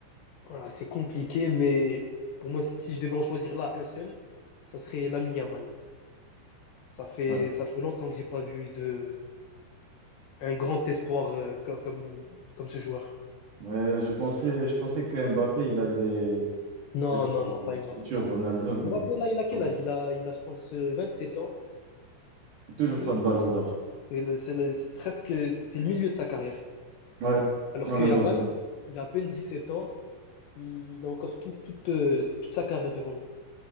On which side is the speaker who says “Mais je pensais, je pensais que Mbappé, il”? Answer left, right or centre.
Right